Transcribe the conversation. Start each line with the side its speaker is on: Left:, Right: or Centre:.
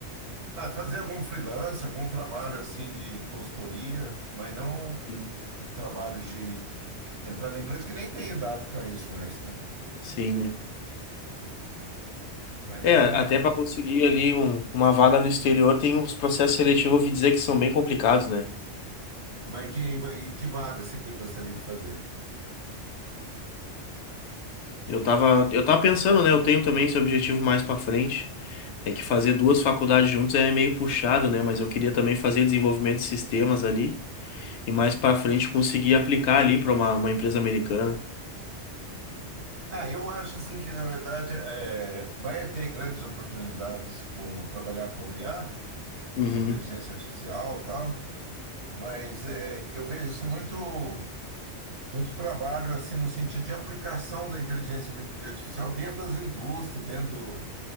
Right: ah, fazer algum freelance, algum trabalho assim de consultoria, mas não
Left: sim,
Right: trabalho de entrar na empresa, que nem tem idade para isso mais, né?
Left: sim, né?
Right: Mas
Left: É,
Right: é.
Left: até para conseguir ali um- uma vaga no exterior, tem uns processos seletivos, eu ouvi dizer que são bem complicados, né?
Right: Mas que, que vaga você que gostaria de fazer?
Left: Eu tava, eu tava pensando, né? Eu tenho também esse objetivo mais pra frente. É que fazer duas faculdades juntos é meio puxado, né? Mas eu queria também fazer desenvolvimento de sistemas ali e mais pra frente conseguir aplicar ali pra uma, uma empresa americana.
Right: Ah, eu acho assim que, na verdade, é, vai ter grandes oportunidades com trabalhar com IA,
Left: Uhum.
Right: com inteligência artificial e tal, mas é, eu vejo assim, muito, muito trabalho assim no sentido de aplicação da inteligência artificial dentro das indústrias, dentro